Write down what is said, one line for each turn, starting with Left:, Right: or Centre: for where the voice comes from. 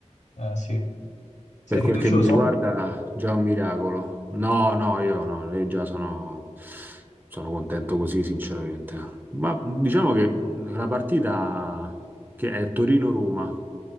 Left: Eh, sì. Sei
Right: Per
Left: fiducioso?
Right: quel che mi riguarda, già un miracolo. No, no, io no, io già sono, sono contento così, sinceramente. Ma diciamo che la partita che è Torino-Roma,